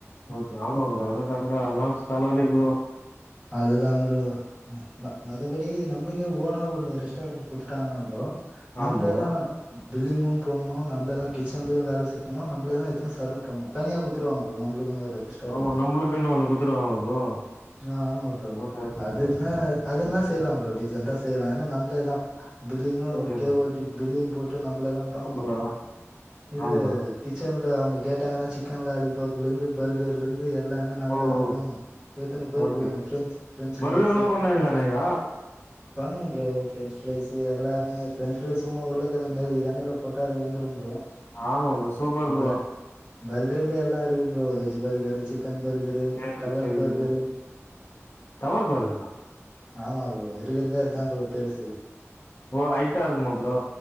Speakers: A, on the left (about 50°); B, on the right (about 20°).
A: ஓக்கே வாங்கலா ப்ரோ <unintelligible> தலவலி ப்ரோ
B: அதுதா ப்ரோ ம ம மத்தபடி நம்பளுக்கே ஓனா ஒண்ணு ரெஸ்டாரண்ட் குடுத்துட்டாங்கன்னா ப்ரோ
A: ஆ
B: நம்ளே
A: ப்ரோ
B: தா பில்லிங்கு போட்ணு நம்பளேதா கிச்சன்லயு வேல செய்யணு நம்பளேதா எத்துனு சர்வு பண்ணணு தனியா குடுத்துருவாங்க ப்ரோ நம்பளுக்குன்னு ஒரு ரெஸ்டாரண்ட்
A: ஆமா நம்பளுக்குன்னு ஒண்ணு குடுத்துருவாங்களா ப்ரோ
B: ஆ ஆமா ப்ரோ
A: ஓகே ஓகே
B: அது
A: ப்ரோ
B: என்ன அது என்ன செய்யலா ப்ரோ டீசென்ட்டா செய்லா ஏன்னா நம்பளேதா பில்லிங்கு
A: ஓகே ப்ரோ
B: பில்லிங் போட்டு <unintelligible> நம்பளே தா பண்ணணு
A: ஆ ப்ரோ
B: இது
A: ஆ ப்ரோ
B: கிச்சன்ல அவுங்க கேட்டாங்கன்னா சிக்கன் லாலிபாப்லேந்து பர்கர்லருந்து எல்லா லா நம்பளேதா
A: ஓ ஓ
B: பண்ணும் ஏத்துன்னு போய்
A: ஓகே
B: குடுவங்க பிரெஞ் பிரெஞ்சு
A: பர்கர்
B: பிரைஸ்சு
A: எல்லா பண்ணுவீங்களா நீங்க
B: பண்ணுவ ப்ரோ பிரெஞ்ச் பிரைஸ்சு எல்லாமே பிரெஞ்ச் பிரைஸ் சும்மா உருளக்கேலங்கு மாறி எண்ணெய்ல போட் உட்டா அது விழுந்துரும் ப்ரோ
A: ஆமா ப்ரோ சூப்பர் ப்ரோ
B: ப பர்கர்ல எல்லா இருக்கு bro veg burger chicken burger
A: சேரி
B: டவர்
A: சேரி
B: பர்கரு
A: ப்ரோ டவர் பர்க்கலா
B: ஆமா ப்ரோ இருக்கிறதே அத்தா ப்ரோ பெருசு
A: ஓ ஐட்டா இருக்குமா ப்ரோ